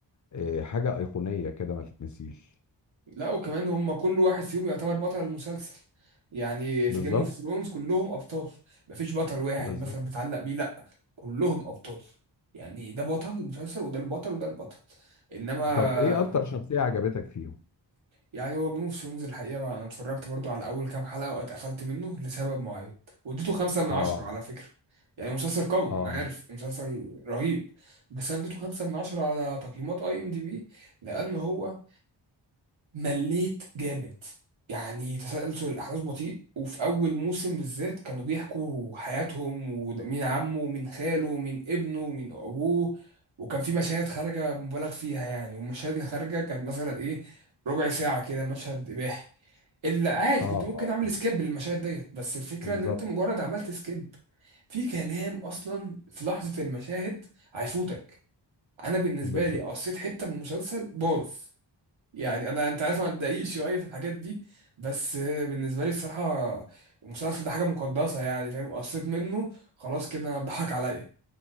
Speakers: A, on the left; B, on the right.
A: آه، حاجة ايقونية كده ما تتنسيش
B: لا وكمان هم كل واحد فيهم يعتبر بطل المسلسل يعني
A: بالظبط
B: في جيم اوف ثرونز كلهم ابطال مفيش بطل واحد
A: بالظبط
B: مثلا بتعلق بيه لا كلهم ابطال يعني ده بطل المسلسل وده البطل وده البطل انما
A: طب ايه اكتر شخصية عجبتك فيهم
B: يعني هو جيم اوف ثرونز الحقيقه ما انا اتفرجت برضو على اول كام حلقه واتقفلت منه لسبب معين واديته خمسة من
A: اه
B: عشرة على فكره يعني مسلسل قوي
A: اه
B: انا عارف مسلسل رهيب بس انا اديته خمسة من عشرة على تقييمات اي ام دي بي لان هو مليت جامد يعني تسلسل الأحداث بطيء وفي أول موسم بالذات كانوا بيحكوا حياتهم ومين عمه ومين خاله ومين ابنه ومين أبوه وكان في مشاهد خارجة مبالغ فيها يعني والمشاهد اللي خارجة كانت مثلا إيه ربع ساعة كده مشهد إباحي اللي عادي
A: اه,
B: كنت
A: آه.
B: ممكن أعمل سكيب للمشاهد ديت بس الفكرة
A: بالظبط
B: إن أنت مجرد عملت سكيب في كلام أصلا في لحظة المشاهد هيفوتك أنا بالنسبة
A: بالظبط
B: لي قصيت حتة من المسلسل باظ يعني انا انت عارف انا دقيق شويه في الحاجات دي بس آه، بالنسبه لي بصراحه المسلسل ده حاجه مقدسه يعني فاهم قصيت منه خلاص كده ضحك عليا